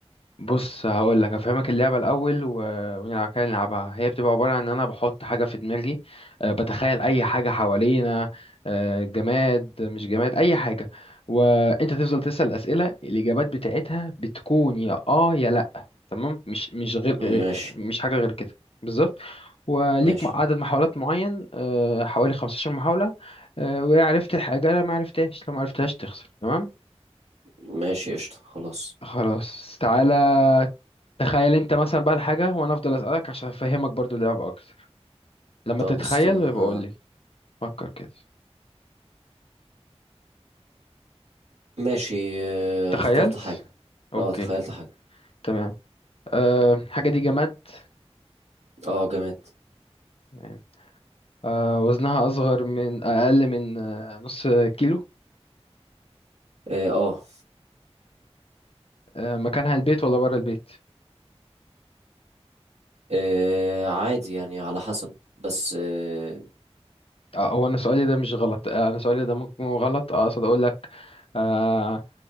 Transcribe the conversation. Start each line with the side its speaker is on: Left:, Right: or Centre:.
Left: بص هقول لك افهمك اللعبه الاول و... ونلعب كده نلعبها هي بتبقى عباره عن ان انا بحط حاجه في دماغي أه بتخيل اي حاجه حوالينا أه جماد مش جماد اي حاجه وانت تفضل تسال اسئله الاجابات بتاعتها بتكون يا اه يا لا تمام مش مش غير آه،
Right: ماشي
Left: مش حاجه غير كده بالظبط وليك
Right: ماشي
Left: عدد محاولات معين أه حوالي 15 محاوله أه وعرفت الحاجه لا ما عرفتهاش لو ما عرفتهاش تخسر تمام
Right: ماشي قشطة خلاص
Left: خلاص تعالى تخيل انت مثلا بقى الحاجة وانا افضل اسألك عشان افهمك برضو اللعبة اكتر لما
Right: طب
Left: تتخيل
Right: استنى
Left: يبقى قول لي فكر كده
Right: ماشي آه،
Left: تخيلت
Right: انا اخترت حاجة
Left: اوكي
Right: اه تخيلت حاجة
Left: تمام أه الحاجة دي جماد
Right: اه جماد
Left: تمام أه وزنها اصغر من اقل من أه نص كيلو
Right: اه آه،
Left: أه مكانها البيت ولا بره البيت
Right: آه، عادي يعني على حسب بس آه،
Left: آه، هو انا سؤالي ده مش غلط آه، انا سؤالي ده ممكن يكون غلط آه، اقصد اقول لك آه